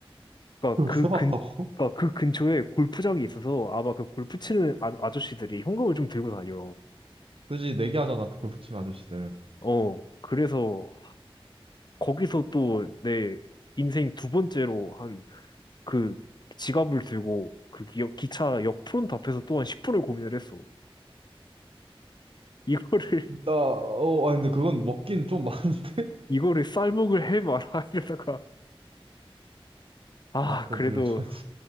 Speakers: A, on the left (about 45°); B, on the right (about 65°).
A: 그러니까
B: 그걸
A: 그
B: 세봤다고?
A: 근, 그러니까 그 근처에 골프장이 있어서 아마 그 골프 치는 아, 아저씨들이 현금을 좀 들고 다녀.
B: <laughs> 그지, 내기하잖아, 골프 치는 아저씨들.
A: 어, 그래서 거기서 또 내 인생 두 번째로 한 그 지갑을 들고 그 기, 기차 역 프론트 앞에서 또 한 10분을 고민을 했어. 이거를 <laughs>
B: 나, 어, 아니, 근데 그건 먹긴 좀 많은데?
A: 이거를 쌀먹을 해 말아 이러다가 아
B: <laughs> 아, 그건
A: 그래도
B: 돌려줘야지.